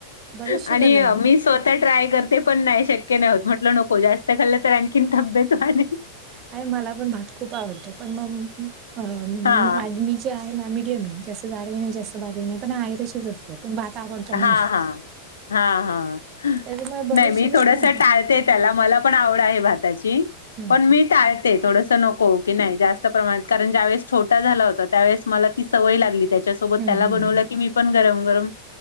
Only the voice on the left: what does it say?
आणि
मी स्व आता ट्राय करते पण नाही शक्य नाही होत म्हटलं नको जास्त खाल्लं तर आणखीन तब्येत वाढे
हा
हा
हा हा हा,
नाही मी
थोडस
टाळते. त्याला मला पण आवड आहे भाताची,
पण मी टाळ ते थोडस नको की नाही जास्त प्रणात कारण ज्या वळेस छोटा झाला होता त्यावेळेस मला ती सवय लागली त्याच्याच सोबत
त्याला
बनवलन
की पण गरम गरम,